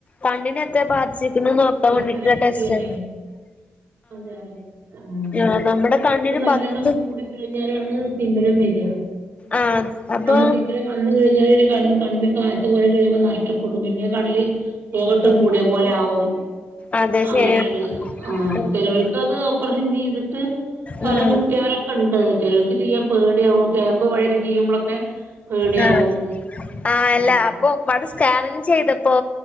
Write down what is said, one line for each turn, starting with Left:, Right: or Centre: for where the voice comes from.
Left: കണ്ണിനെ എത്ര ബാധിച്ചിട്ട് ക്കണ് എന്ന് നോക്കാൻ
Right: ആ ആ
Left: വേണ്ടിട്ടുള്ള
Right: അതൊക്കെ ചെക്ക്
Left: ടെസ്റ്റ്
Right: ചെയ്യണ്ടേ അതെ ആഹ്
Left: ആ നമ്മുടെ
Right: ഷുഗർ
Left: കണ്ണിന്
Right: നല്ലവണ്ണം
Left: പത്ത്
Right: കൂടികഴിഞ്ഞാലാണ് തിമിരം വെര
Left: ആഹ് അപ്പൊ
Right: അങ്ങനെ തിമിരം വന്ന് കഴിഞ്ഞപിന്നെ കണ്ണ് കണ് കാഴ്ച്ച കുറെ കഴിയുമ്പോ നഷ്ടം നഷ്ടപ്പെടും പിന്നെ കണ്ണിൽ പൊക ഇട്ട്
Left: ഉം
Right: മൂടിയ പോലെ ആകും
Left: അതെ
Right: അങ്ങനെയാണ്
Left: ശരിയാ
Right: ആഹ
Left: ഉം
Right: ചേലോൽകത് ഓപ്പറേഷൻ ചെയ്തിട്ട് ഫലം
Left: ഉം
Right: കിട്ടിയവരൊക്കെ ഉണ്ട് ചിലർക്ക് ചെയ്യാൻ പേടിയാവും ക്യാമ്പ് വഴിയൊക്കെ ചെയ്യുമ്പോളൊക്കെ പേടിയാവും
Left: ആ ആഹ അല്ല
Right: ഉം
Left: അപ്പൊ പ്പാട് സ്കാനിങ്ങ് ചെയ്തപ്പോ